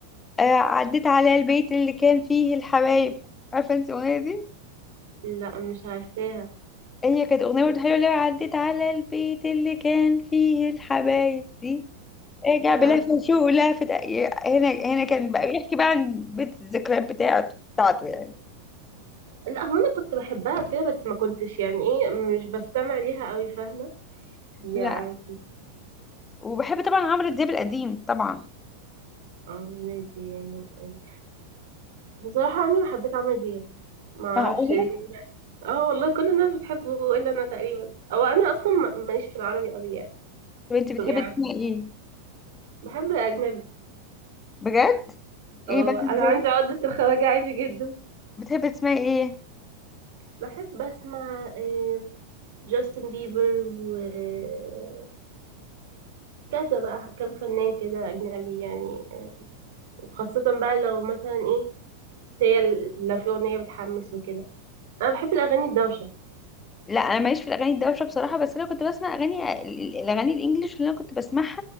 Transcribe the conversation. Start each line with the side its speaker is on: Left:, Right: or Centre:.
Left: آه عديت على البيت اللي كان فيه الحبايب عارفه انت الاغنيه دي
Right: لا مش عارفاها
Left: هي كانت اغنيه برضو حلوه اللي هي عديت على البيت اللي كان فيه الحبايب دي رجع
Right: لا
Left: بلهفة
Right: مش
Left: شوق ولهفة هنا هنا كان بقى بيحكي بقى عن بيت الذكريات بتاعته بتاعته يعني
Right: لا هو أنا كنت بحبها كده بس ما كنتش يعني إيه مش بستمع ليها أوي فاهمة يعني
Left: لا وبحب طبعا عمرو دياب القديم طبعا
Right: عمرو دياب من قلبي. بصراحة عمري ما حبيت عمرو دياب ما أعرفش
Left: معقولة
Right: ليه اه والله كل الناس بتحبه الا انا تقريبا او انا اصلا ما- ماليش في العربي قوي يعني
Left: طب انت بتحبي
Right: تبقى عارف
Left: تسمعي ايه
Right: بحب اجنبي
Left: بجد ايه
Right: اه
Left: بس
Right: انا
Left: ازاي
Right: عندي عقدة الخواجة عادي جدا
Left: بتحبي تسمعي ايه
Right: بحب اسمع آه، جاستن بيبر وهكذا بقى كم فنان كده اجنبي يعني وخاصة بقى لو مثلا ايه هي ال- لو في اغنية بتحمس وكده انا بحب الاغاني الدوشة
Left: لا انا ماليش في الاغاني الدوشه بصراحه بس انا كنت بسمع اغاني الاغاني الانجليش اللي انا كنت بسمعها